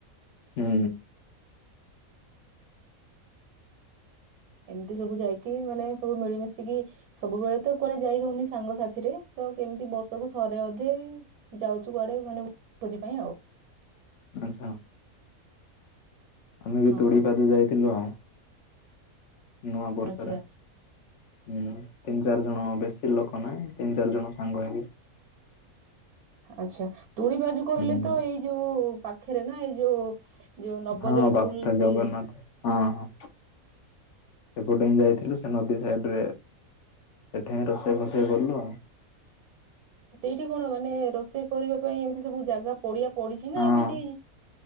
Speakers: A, on the left; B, on the right.
A: ହୁଁ
B: ଏମିତି ସବୁ ଯାଇକି ମାନେ ସବୁ ମିଳିମିଶିକି ସବୁବେଳେ ତ କୁଆଡେ ଯାଇ ହଉନି ସାଙ୍ଗ ସାଥିରେ ତ କେମିତି ବର୍ଷକୁ ଥରେ ଅଧେ ଯାଉଛୁ କୁଆଡେ ମାନେ ଭୋଜି ପାଇଁ ଆଉ।
A: ଆଚ୍ଛା ଆମେ ବି
B: ହଁ
A: ତୁଡି ପାଦି ଯାଇଥିଲୁ ଆଉ। ନୂଆ ବର୍ଷରେ।
B: ଆଚ୍ଛା
A: ହୁଁ ତିନି ଚାରି ଜଣ ବେଶୀ ଲୋକ ନାହିଁ ତିନି ଚାରି ଜଣ ସାଙ୍ଗ ହେଇକି
B: ଆଚ୍ଛା। ତୁଳି ବାଜୁ କହିଲେ
A: ହୁଁ
B: ତ ଏଇ ଯୋଉ ପାଖେରେ ନା? ଏଇ ଯୋଉ ଯୋଉ ନବଦୋୟ
A: ହଁ
B: ସ୍କୁଲ
A: ବାପୁଟା
B: ସେଇ
A: ଜଗନ୍ନାଥ ହଁ ହଁ। ସେପଟେ ହିଁ ଯାଇଥିଲୁ। ସେ ନଦୀ ସାଇଡରେ ଏଠେଇଁ ରୋଷେଇ ଫୋଷେଇ କଲୁ ଆଉ।
B: ସେଇଠି କଣ ମାନେ ରୋଷେଇ କରିବା ପାଇଁ ଏମିତି ସବୁ ଜାଗା ପଡିଆ ପଡିଛି ନା
A: ହଁ
B: ଏମିତି?